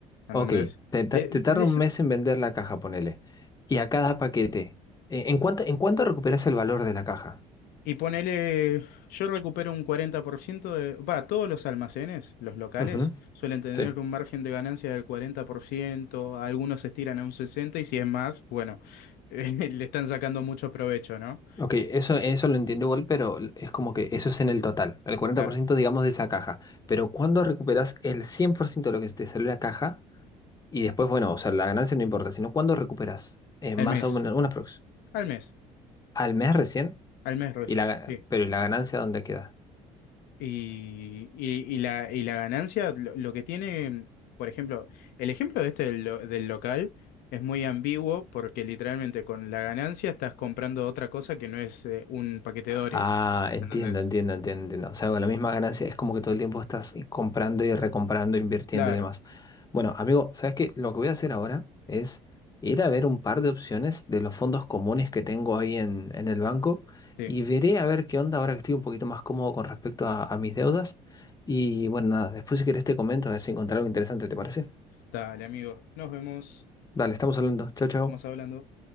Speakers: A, on the left; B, on the left.
A: ¿entendés?
B: Ok, te, ta-
A: Le-
B: te tarda
A: les-
B: un mes en vender la caja, ponele. Y a cada paquete, eh, ¿en cuánto, en cuánto recuperas el valor de la caja?
A: Y ponele, yo recupero un 40% de, va, todos los almacenes, los locales,
B: Ujú,
A: suelen tener
B: Sí.
A: un margen de ganancia del cuarenta por ciento algunos se estiran a un 60% y si es más, bueno, <laughs> le están sacando mucho provecho, ¿no?
B: Ok, eso, eso lo entiendo igual, pero es como que eso es en el total, el cuarenta
A: Claro,
B: por ciento digamos de esa caja. Pero cuando recuperas el 100% de lo que te salió la caja, y después, bueno, o sea, la ganancia no importa, sino cuando recuperas eh,
A: al
B: más
A: mes,
B: o menos una prox.
A: al mes,
B: Al mes recién,
A: al mes recién,
B: y la, ga-
A: sí.
B: pero ¿y la ganancia dónde queda?
A: Y, y- y la, y la ganancia, lo, lo que tiene, por ejemplo, el ejemplo de este del, lo- del local es muy ambiguo porque literalmente con la ganancia estás comprando otra cosa que no es eh, un paquete de Oreo.
B: Ah, entiendo,
A: ¿Entendés?
B: entiendo, entiendo, entiendo. O sea, con la misma ganancia es como que todo el tiempo estás i- comprando y recomprando, invirtiendo
A: Claro,
B: y demás. Bueno, amigo, ¿sabes qué? Lo que voy a hacer ahora es ir a ver un par de opciones de los fondos comunes que tengo ahí en, en el banco
A: sí.
B: y veré a ver qué onda ahora que estoy un poquito más cómodo con respecto a, a mis deudas. Y bueno, nada, después si quieres te comento a ver si encontré algo interesante, ¿te parece?
A: Dale, amigo. Nos vemos.
B: Dale, estamos hablando. Chao, chao.
A: Estamos hablando.